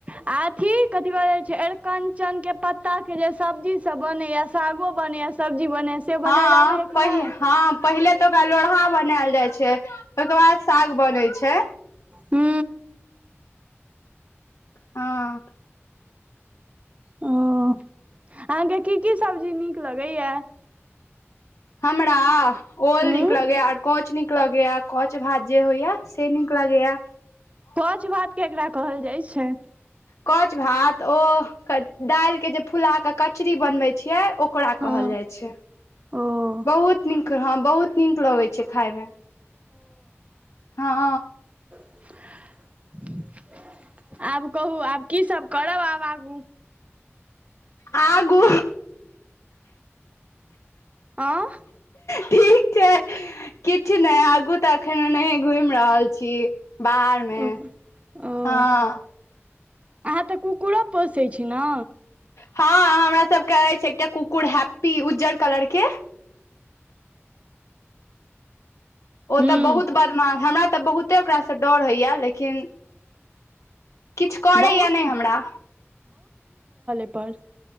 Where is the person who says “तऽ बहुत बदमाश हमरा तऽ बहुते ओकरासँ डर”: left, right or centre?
Left